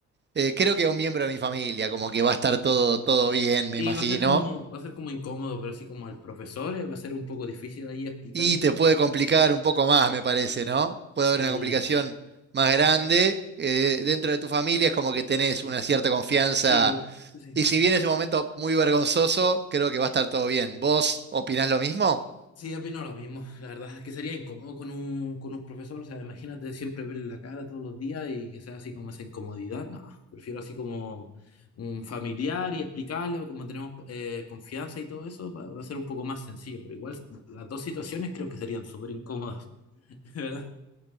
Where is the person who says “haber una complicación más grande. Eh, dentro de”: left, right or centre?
Right